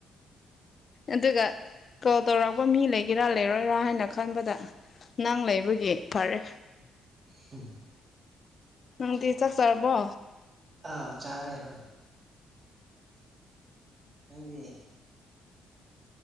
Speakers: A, on the left; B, on the right.
A: ꯑꯗꯨꯒ ꯀꯣꯜ ꯇꯧꯔꯛꯄ ꯃꯤ ꯂꯩꯒꯦꯔꯥ ꯂꯩꯔꯣꯏꯔꯥ ꯍꯥꯏꯅ ꯈꯟꯕꯗ ꯅꯪ ꯂꯩꯕꯒꯤ ꯐꯔꯦ
B: ꯑꯟꯑꯣꯗꯤꯕꯜ
A: ꯅꯪꯗꯤ ꯆꯥꯛ ꯆꯔꯕꯣ
B: ꯑꯥꯎ ꯆꯥꯔꯦ ꯍꯣꯏ ꯅꯪꯗꯤ